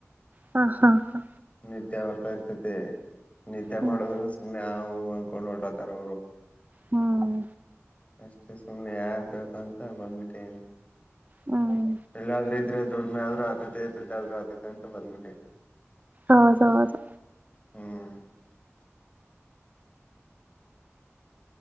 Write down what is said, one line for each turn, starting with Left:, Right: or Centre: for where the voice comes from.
Right: ಹಾ ಹಾ ಹಾ
Left: ನಿದ್ಯ ಬರ್ತಾ ಇರ್ತತೆ ನಿಿದಾ
Right: ಹ್ಮ್
Left: ಮಾಡೋದರ ಸಮ ಅಂದ್ಕೊಂಡ್ ಹೊಓಡತಾರ ಅವ್ರು
Right: ಹ್ಮ್
Left: ಅಷ್ಟೇ ಸುಮ್ನೆ ಯಾಗ್ ಬೇಕು ಅಂತ ಬಂದ್ಬಿಟ್ಟೆ ನಿ
Right: ಹ್ಮ್
Left: ಇಲ್ಲಾದ್ರೆ ಇದ್ರೆ ದುಡಿಮೆ ಆದ್ರೂ ಆತೈತೆ ದುಡ್ಡ ಆದ್ೂ ಆತೈತೆ ಅಂತ ಬಂದ್ಬಿಟ್ಟೆ
Right: ಆೌದು ಆದು
Left: ಹ್ಮ್